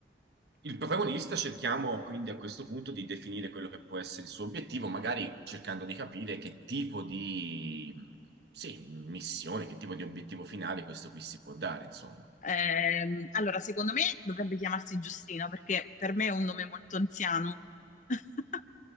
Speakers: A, on the right (about 70°); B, on the left (about 45°).
A: Il protagonista cerchiamo quindi a questo punto di definire quello che può essere il suo obiettivo, magari cercando di capire che tipo di, sì, missione, che tipo di obiettivo finale questo qui si può dare, insomma.
B: Ehm, allora, secondo me dovrebbe chiamarsi Giustino perché per me è un nome molto anziano. <laughs>